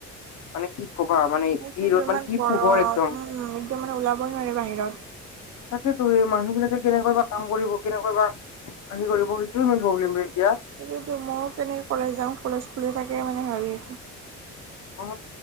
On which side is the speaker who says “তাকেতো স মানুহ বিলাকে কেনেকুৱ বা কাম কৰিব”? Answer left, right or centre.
Left